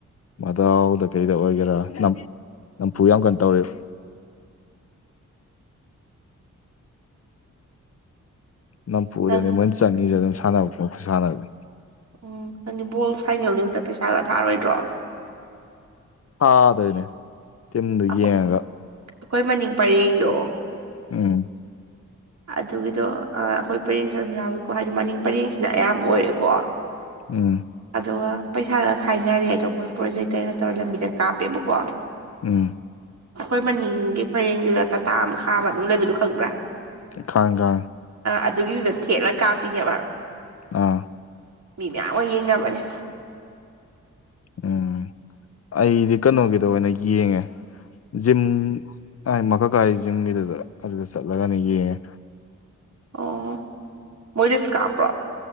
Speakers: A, on the left; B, on the right.
A: ꯃꯗꯥꯎꯗ ꯀꯩꯗ ꯑꯣꯏꯒꯦꯔꯥ ꯅꯝ ꯅꯝꯐꯨ ꯌꯥꯝ ꯀꯟ ꯇꯧꯔꯝꯅꯤ
B: <inaudible>
A: ꯅꯝꯐꯨꯗꯅꯦ
B: ꯅꯪ
A: ꯃꯣꯏ ꯆꯪꯉꯤꯁꯦ ꯑꯗꯨꯝ ꯁꯥꯟꯅꯕ ꯄꯣꯠꯨ ꯁꯥꯟꯅꯕꯅꯤ
B: ꯎꯝ ꯅꯪꯗꯤ ꯕꯣꯜ ꯐꯥꯏꯅꯦꯜ ꯅꯨꯃꯤꯠꯇ ꯄꯩꯁꯥꯔ ꯊꯥꯔꯣꯏꯗ꯭ꯔꯣ
A: ꯐꯥꯗꯣꯏꯅꯦ ꯇꯤꯝꯗꯨ
B: ꯑꯈꯣꯏ
A: ꯌꯦꯡꯉꯒ
B: ꯑꯩꯈꯣꯏ ꯃꯅꯤꯡ ꯄꯔꯦꯡꯗꯣ
A: ꯎꯝ
B: ꯑꯗꯨꯒꯤꯗꯣ ꯑ ꯑꯩꯈꯣꯏ ꯄꯔꯦꯡꯁꯨ ꯑꯗꯨꯝ ꯌꯥꯎꯏꯀꯣ ꯍꯥꯏꯗꯤ ꯃꯅꯤꯡ ꯄꯔꯦꯡꯁꯤꯅ ꯑꯌꯥꯝꯕ ꯑꯣꯏꯔꯦꯀꯣ
A: ꯎꯝ
B: ꯑꯗꯨꯒ ꯄꯩꯁꯥꯒ ꯈꯥꯏꯅꯔꯦ ꯑꯗꯣ ꯃꯣꯏ ꯄ꯭ꯔꯣꯖꯦꯛꯇꯔ ꯅ ꯇꯧꯔꯒ ꯂꯝꯕꯤꯗ ꯀꯥꯞꯄꯦꯕꯀꯣ
A: ꯎꯝ
B: ꯑꯩꯈꯣꯏ ꯃꯅꯤꯡꯒꯤ ꯄꯔꯦꯡꯒꯤꯗ ꯇꯥꯇꯥ ꯑꯃ ꯈꯥꯝꯃꯒ ꯑꯗꯨꯝ ꯂꯩꯕꯗꯨꯣ ꯈꯪꯕ꯭ꯔꯥ
A: ꯈꯥꯡꯉꯦ ꯈꯥꯡꯉꯦ
B: ꯑꯗꯨꯒꯤꯗꯨꯗ ꯊꯦꯠꯂ ꯀꯥꯞꯄꯤꯅꯦꯕ
A: ꯑꯥ
B: ꯃꯤ ꯃꯌꯥꯝ ꯑꯃ ꯌꯦꯡꯅꯕꯅꯦ <inaudible>
A: ꯎꯝ ꯑꯩꯗꯤ ꯀꯩꯅꯣꯒꯤꯗꯣ ꯑꯣꯏꯅ ꯌꯦꯡꯉꯦ ꯖꯤꯝ ꯃꯀꯛꯀꯥꯏ ꯖꯤꯝꯒꯤꯗꯨꯗ ꯑꯗꯨꯗ ꯆꯠꯂꯒꯅꯦ ꯌꯦꯡꯉꯦ
B: ꯑꯣ ꯃꯣꯏꯗꯁꯨ ꯀꯥꯄ꯭ꯔꯣ